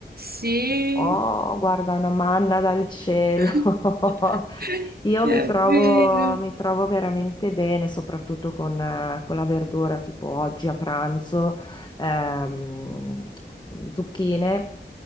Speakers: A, on the right; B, on the left.
A: Sì,
B: Oh, guarda, una manna dal cielo.
A: <laughs>
B: <laughs> Io
A: è
B: mi trovo,
A: vero.
B: mi trovo veramente bene, soprattutto con, eh, con la verdura, tipo oggi a pranzo, ehm, zucchine